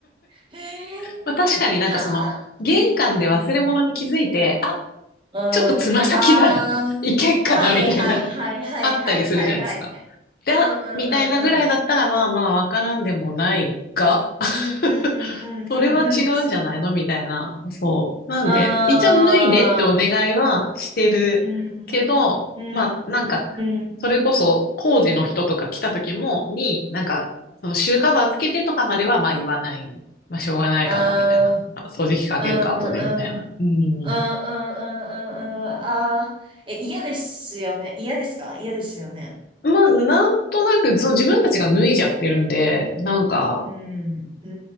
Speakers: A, on the right; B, on the left.
A: へえ。
B: <laughs> まあ確かになんかその、
A: <laughs> はあ
B: 玄関で忘れ物に気づいて、
A: うん。
B: あ、
A: うん。
B: ちょっとつま先ならいけっかな、
A: ああ。はいはいはいはいはいはいはい。
B: みたいな。あったりするじゃないですか。で、
A: うんう
B: あみたいなぐらいだったら、
A: んうんうん。
B: まあまあ、わからんでもないが、
A: うんうんうんうんうんうん。
B: <laughs> それは違うんじゃないのみたいな。そう。なんで、
A: ああ。
B: 一応脱いでってお願いはしてるけど、
A: うん。うん
B: まあ、なんか、
A: うん。
B: それこそ工事の人とか来た時も、に、なんか、そのシューカバーつけてとかまでは、まあ言わない。まあしょうがないから、
A: ああ。
B: みたいな。あ掃除機かけるか、
A: うん
B: 後で、みたいな。
A: うんうん
B: うん。
A: うんうんうんうんうんああー、え、嫌ですよね。嫌ですか嫌ですよね。
B: まあ、なんとなく、その自分たちが脱いじゃってるんで、なんか、
A: うん、う